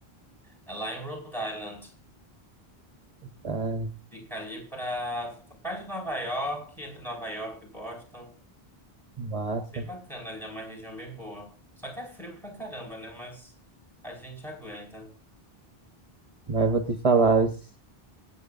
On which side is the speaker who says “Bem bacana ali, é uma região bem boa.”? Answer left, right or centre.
Centre